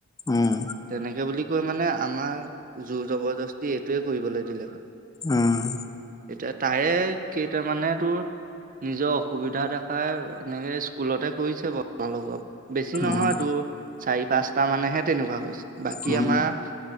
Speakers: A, on the left (about 15°); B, on the right (about 40°).
A: উম
B: তেনেকে বুলি কৈ মানে আমাৰ জোৰ জবৰদস্তি এইটোৱে কৰিবলৈ দিলে মানে
A: উম
B: এতিয়া তাৰে মানে তোৰ নিজৰ অসুবিধা দেখাই এনেকে স্কুলতে কৰিছে বাৰু আমাৰ লগত বেছি
A: উম
B: নহয় তোৰ চাৰি পাঁচটা মানেহে তেনেকুৱা কৰিছে বাকী
A: উম
B: আমাৰ